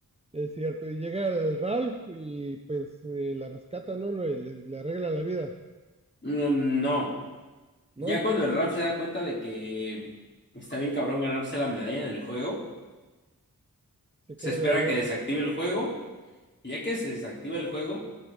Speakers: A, on the right (about 15°); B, on the left (about 30°).
A: es cierto. Y llega el Ralph y pues eh, la rescata, ¿no? Le, le- le arregla la vida,
B: Mm, No,
A: ¿no?
B: ya cuando el Ralph se da cuenta de que está bien cabrón ganarse la medalla en el juego,
A: Se quiere
B: se espera
A: devolver
B: que desactive
A: que-
B: el juego y ya que se desactiva el juego,